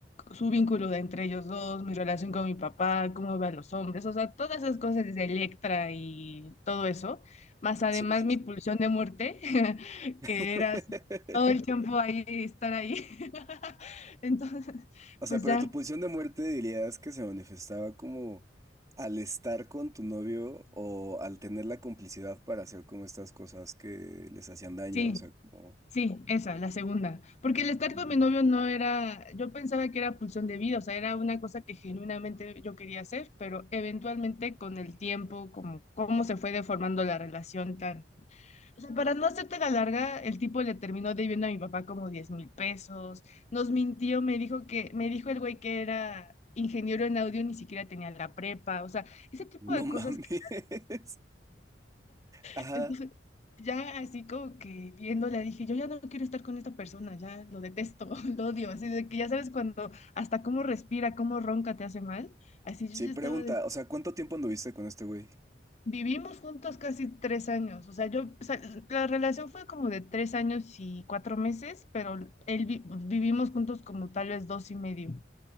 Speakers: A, on the left; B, on the right.
A: su vínculo de entre ellos dos, mi relación con mi papá, cómo veo a los hombres, o sea, todas esas cosas de Electra y todo eso, más además
B: sí, sí,
A: mi
B: sí.
A: pulsión de muerte, <laughs> que
B: <laughs>
A: era así, todo el tiempo ahí, estar ahí. <laughs> Entonces,
B: O sea,
A: pues
B: pero
A: ya,
B: tu pulsión de muerte dirías que se manifestaba como al estar con tu novio o al tener la complicidad para hacer como estas cosas que les hacían daño,
A: sí,
B: o sea, como...
A: sí, esa, la segunda. Porque el estar
B: Ujú.
A: con mi novio no era, yo pensaba que era pulsión de vida, o sea, era una cosa que genuinamente yo quería hacer, pero eventualmente con el tiempo, como cómo se fue deformando la relación tan O sea, para no hacerte la larga, el tipo le terminó debiendo a mi papá como diez mil pesos. Nos mintió, me dijo que, me dijo el güey que era ingeniero en audio, ni siquiera tenía la prepa. O sea, ese tipo
B: No
A: de
B: mames.
A: cosas que
B: <laughs> Ajá.
A: <laughs> ya así como que viéndola dije, yo ya no quiero estar con esta persona, ya lo detesto, <laughs> lo odio. Así de que ya sabes cuando hasta cómo respira, cómo ronca te hace mal. Así yo
B: Sí,
A: ya
B: pregunta,
A: estaba de
B: o sea, ¿cuánto tiempo anduviste con este güey?
A: Vivimos juntos casi tres años, o sea, yo, o sea, la relación fue como de tres años y cuatro meses, pero él vi- vivimos juntos como tal vez dos y medio.